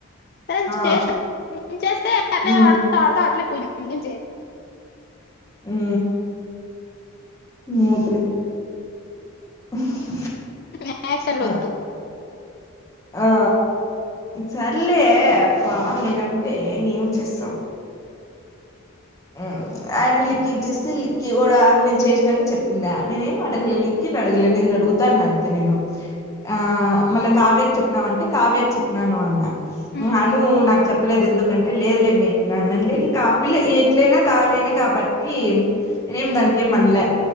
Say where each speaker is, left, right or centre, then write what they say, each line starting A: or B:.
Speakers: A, on the left; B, on the left.
A: సరే నిన్
B: ఆ
A: చేస నిన్ చేస్తే అట్లే
B: ఉమ్
A: ఆడ్ తా అట్లే పోయి అ చేతి
B: ఉ మూత్ లే <inaudible>
A: నక్సార్ వద్దు
B: ఆ ఆ సర్లే అప్ప మీరంటే ఏం చేస్తాం ఉ ఆయ మీ లిక్క్కీకి చూస్తే లిక్కి కూడా నేను చేసినాక చెప్పిందా నేనేమి అడగలే లిక్కిని అడగలే నిన్ను అడుగుతాన్న అంతే నేను ఆ మళ్ళా కావ్యకి చెప్పినవ అంటే కావ్యకి చెప్పినను అన
A: ఉమ్,
B: అను నాకు చెప్పలేదు ఎందుకంటే లేదు లేమే నండి కాపిల్ల ఎట్లైనా కావ్యానే కాబట్టి ఇనేం
A: ఉమ్,
B: దానకేం మనలే